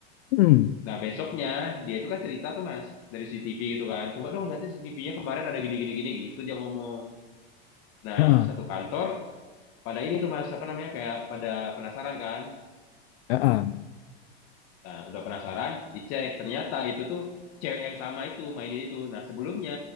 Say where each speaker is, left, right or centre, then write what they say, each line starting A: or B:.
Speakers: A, on the left; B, on the left.
A: hmm,
B: nah besoknya dia itu kan cerita tuh mas dari CCTV gitu kan coba dong lihat CCTV-nya kemarin ada gini gini gini gitu dia ngomong nah
A: ah,
B: satu kantor pada ini tuh mas apa namanya kayak pada penasaran kan
A: ah, ah.
B: nah udah penasaran dicek ternyata itu tuh cewek yang sama itu mainin itu nah sebelumnya